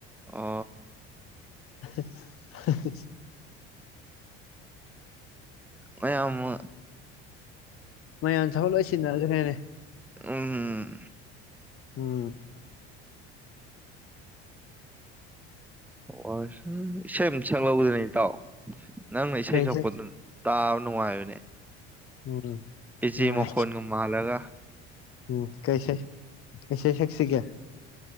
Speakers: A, in the centre; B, on the left (about 40°).
A: ꯑ
B: <inaudible>
A: ꯃꯌꯥꯝ ꯑꯃ
B: ꯎ ꯃꯌꯥꯝ ꯁꯍꯠꯂꯣꯏꯁꯤꯟꯅꯈ꯭ꯔꯦꯅꯦ
A: ꯎꯝꯝ
B: ꯎꯝ
A: ꯑꯣ ꯎ ꯏꯁꯩ ꯁ ꯂꯧꯗꯅꯤꯠꯇꯥꯎ ꯎ ꯅꯪ ꯏꯁꯩꯁꯥꯏ
B: ꯀꯩꯁꯩ
A: ꯆꯄꯠꯇ ꯇꯅꯅꯨꯡꯉꯅꯦ
B: ꯎꯝ
A: ꯏꯆꯦ
B: ꯅꯨꯡꯉꯥꯏ
A: ꯃꯈꯣꯟꯒꯃꯂꯒ
B: ꯎꯝ ꯀꯩꯁ ꯀꯩꯁꯩꯁꯦꯛꯁꯤꯒ